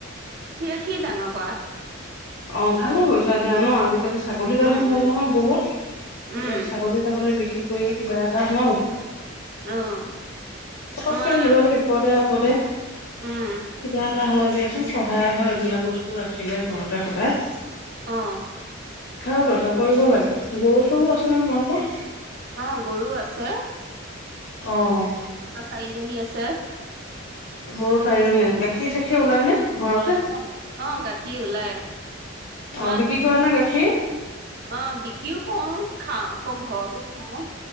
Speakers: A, on the right; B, on the left.
A: কি ডাঙৰ কোৱা?
B: অ' ভালে কৰিছা দিয়া ন আজি আজিকালি ছাগলী দামো
A: উম
B: হ'ল
A: উম
B: নহয় বহুত।
A: উম
B: এ ছাগলী-তাগলী বিকি কি কৰিয়ে কিবা এটা ন?
A: অ'
B: পতককে
A: তোমাৰ
B: কিবা এটা বিপদে কদে
A: উম
B: কিবা এটা হয় দে। সহায় হয় এইবিলাক বস্তু ৰাখিলে ঘৰতে সদায়
A: অ
B: । <inaudible> কৰিব লাগে। গৰু -চৰু আছে নে তোমালোকৰ?
A: অ গৰু আছে
B: অ'।
A: চাৰিজনী আছে।
B: <inaudible> গাখীৰ-চাখীৰ ওলাই নে ঘৰতে?
A: অ গাখীৰ ওলাই তোমাৰ
B: অ' বিক্ৰী কৰা নে গা সে
A: অ' বিক্ৰীও কৰোঁ খা আকৌ ঘৰতো খাওঁ ।